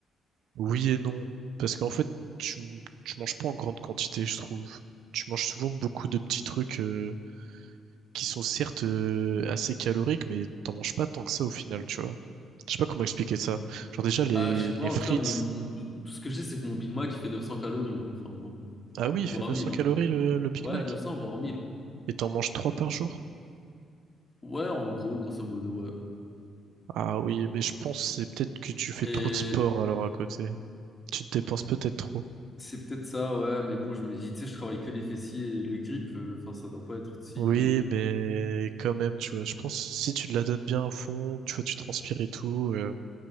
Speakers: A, on the right; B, on the left.
A: oui et non parce qu'en fait tu tu manges pas en grande quantité, je trouve. Tu manges souvent beaucoup de petits trucs euh, qui sont certes euh, assez caloriques, mais t'en manges pas tant que ça au final, tu vois. Je sais pas comment expliquer ça. Genre déjà les
B: Bah, je sais
A: les
B: pas, en
A: frites,
B: tout cas, mon... tout ce que je sais, c'est que mon Big Mac, il fait 900 calories. hein. Enfin, bon,
A: ah oui, il
B: voire
A: fait 900
B: 1000. Hein.
A: calories le le Big
B: Ouais,
A: Mac
B: 900, voire 1000. hein.
A: et t'en manges trois par jour.
B: Ouais, en gros, grosso modo, ouais.
A: Ah oui, mais je pense que c'est peut-être que tu fais
B: Et
A: trop de sport alors à côté. Tu te dépenses peut-être trop.
B: c'est peut-être ça, ouais, mais bon, je me dis, tu sais, je travaille que les fessiers et le grip, euh, enfin, ça doit pas être si.
A: Oui, mais quand même, tu vois, je pense si tu te la donnes bien à fond, tu vois, tu transpires et tout, euh,